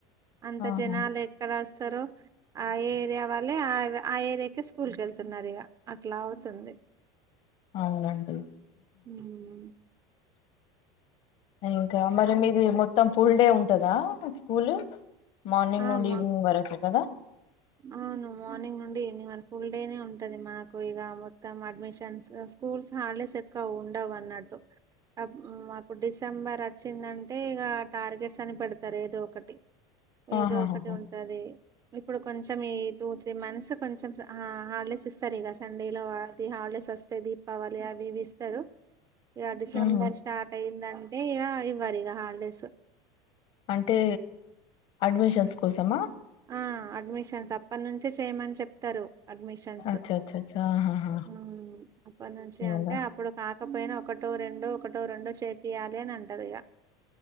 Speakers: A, on the right (about 30°); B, on the left (about 55°).
A: అంత
B: ఆహా
A: జనాలు ఎక్కడ వస్తారొ ఆ ఏరియా వాళ్ళే ఆ ఆ ఏరియాకి స్కూలుకి వెళ్తున్నారు ఇగ అట్లా అవుతుంది
B: అవునండి
A: హ్మ్
B: ఇంకా మరి మీది మొత్తం ఫుల్లడే ఉంటదా స్కూలు మార్నింగ్
A: ఆమా
B: నుండి ఈవినింగ్ వరకు కదా
A: అవును మార్నింగ్ నుండి ఈవినింగ్ వరకు ఫుల్ డేనే ఉంటది మాకు ఇగ మొత్తం అడ్మిషన్స్ స్కూల్స్ హోలీడేస్ ఎక్కువ ఉండవు అన్నట్టు మాకు డిసెంబర్ వచ్చిందంటే ఇగ టార్గెట్స్ అని పెడతారు ఏదో ఒకటి ఏదో
B: ఆహాహా
A: ఒకటి ఉంటది ఇప్పుడు కొంచెం ఈ టూ త్రీ మంత్స్ కొంచెం హాలిడేస్ ఇస్తారు ఇగ సండే లో అది హాలిడేస్ వస్త దీపావళి అవివి ఇస్తారు ఇగ డిసెంబర్
B: ఉహు
A: స్టార్ట్ అయ్యిందంటే ఇగ ఇవ్వరు ఇగ హాలిడేస్
B: అంటే అడ్మిషన్స్ కోసమా
A: ఆ అడ్మిషన్స్ అప్పటి నుంచే చేయమని చెప్తారు అడ్మిషన్ షన్స్
B: అచ్చ అచ్చ అచ్చ ఆహాహా
A: హ్మ్ అప్పటి నుంచి అంటే
B: అలా
A: అప్పుడు కాకపోయినా ఒకటో రెండు ఒకటో రెండు చేపియాలి అని అంటారు ఇగా